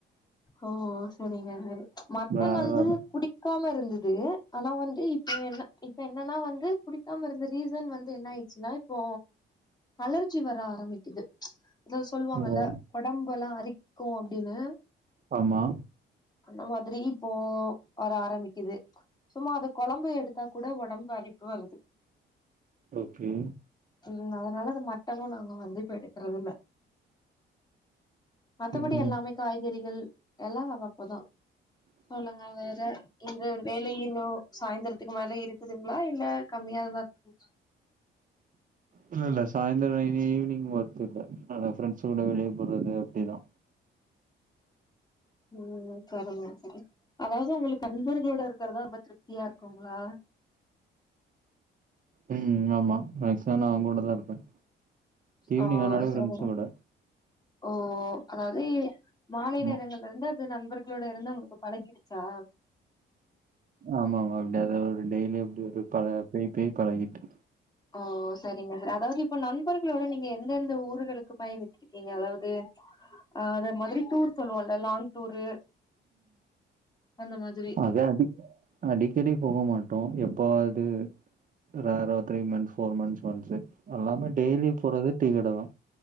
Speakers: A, on the left (about 20°); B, on the right (about 40°).
A: ஓ ஓ செரிங்க செரி ப்ச் மட்டன்
B: ரேரா
A: வந்தது
B: தான்.
A: புடிக்காம இருந்தது ஆனா வந்து இப்ப என்ன இப்ப என்னன்னா வந்து புடிக்காம இருந்தது சீசன் வந்து என்ன ஆயிடுச்சுன்னா இப்போ அலர்ஜி வர ஆரம்பிக்குது ப்ச் அதாவது சொல்லுவாங்கல்ல
B: ஓ
A: உடம்பு எல்லா அரிக்கு அப்டின்னு
B: ஆமா
A: அந்த மாதிரி இப்போ வர ஆரம்பிக்குது சும்மா அத கொழம்பு எடுத்தா கூட ஒடம்பு அரிப்பு வருது
B: ஓகே
A: ம் அதனால அது மட்டனு நாங்க வந்து இப்போ எடுக்கறது இல்ல மத்தபடி
B: ம்.
A: எல்லாமே காய்கறிகள் எல்லா சமப்போதா
B: ம்
A: சொல்லுங்க வேற இங்க வேல இன்னு சாய்ந்திரத்துக்கு மேல இருக்குதுங்களா இல்ல கம்மியாதா இருக்குங்
B: இல்ல இல்ல சாயந்தரம் இனி ஈவினிங் ஒர்க் போயிருவே அதா ஃப்ரெண்ட்ஸ் கூட வெளியே போறது அப்டிதா
A: ம் செரிங்க தோழி அதாவது உங்களுக்கு நண்பர்களோட இருக்கிறதா ரொம்ப திருப்தியா இருக்குங்களா
B: ம் ஆமா மேக்சிமம் நா அவங்க கூட தா இருப்பேன் ஈவினிங்
A: ஓ
B: ஆனாலே
A: சரிங்க
B: பிரெண்ட்ஸ் கூட
A: ஓ அதாவது மாலை
B: ஆமா.
A: நேரங்கள் இரண்டாவது நண்பர்களோட இருந்த உங்களுக்கு பழகிடுச்சா
B: ஆமா ஆமா அப்டி அத ஒரு டெய்லி அப்டி ஒரு பழ பேய் பேய் பழகிட்டு
A: ஆ செரிங்க ஆதாவது இப்ப நண்பர்களோட நீங்க எந்தெந்த ஊர்களுக்கு பயணித்திருக்கீங்க அதாவது அ அத மதிரி டூர் லாங் டூரு அந்த மாதிரி
B: அத அடிக் அடிக்கடி போக மாட்டோ எப்போவது ரேர்றா ஒரு three months four months once அல்லாம டெய்லி போறது டீகட தா